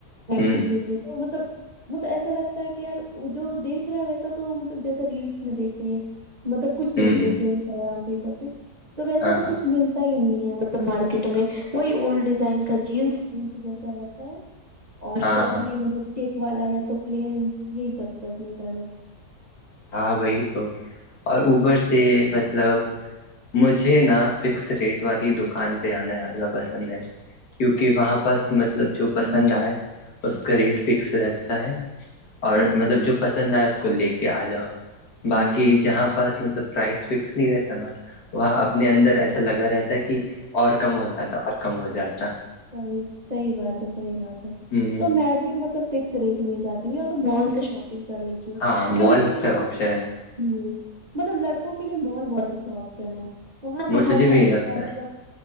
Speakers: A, on the left (about 65°); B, on the right (about 30°).
A: ہوں
B: بھوک کے لیے تو مطلب م تو ایسا لگتا ہے کہ یار جو دیکھ رہا ہو تھا تو مطلب جیسے ریلس میں دیکھیں مطلب کچھ میں
A: ہوں
B: بھی دیکھے
A: ہ
B: انسٹاگرام پہ سب پہ
A: ہاں
B: ایسا تو
A: ہاں
B: کچھ ملتا ہی نہیں ہے مطلب مارکیٹ میں وہی اولڈ ڈیزائن کا جینس جس جیسا رہتا ہے اور
A: ہاں
B: شرٹ
A: ہاں
B: بھی مطلب چیک والا یا تو پلین یہی تک پر ملتا ہے بس
A: ہاں وہی تو اور اوبر سے مطلب مجھے نا فکس ریٹ والی دکان پہ آنا زیادہ پسند ہے کیونکہ وہاں پر مطلب جو
B: ہوں
A: پسند آئے اس کا ریٹ فکس رہتا ہے اور
B: ہوں
A: مطلب جو پسند آیا اس کو لے کے آ جاؤ
B: ہوں
A: باقی کہ جہاں پاس مطلب پرائز فکس نہیں رہتا نا وہاں اپنے اندر
B: ہوں
A: ایسا لگا رہتا ہے کہ اور کم ہو جاتا اور کم ہو جاتا
B: صحیح صحیح بات ہے صحیح بات ہے
A: ہمم
B: تو میں بھی مطلب فکس ریٹ میں ہی جاتی ہوں یا تو مال سے شاپنگ کر لیتی کیونکہ
A: ہاں مال
B: تو
A: اچھا
B: ہے
A: آپشن
B: نا ہ مطلب لڑکوں کے لیے مال بہت اچھا آپشن ہے وہاں ن
A: مجھے
B: ہر
A: بھی
B: ٹائپ
A: یہی لگتا
B: کا مطلب
A: ہے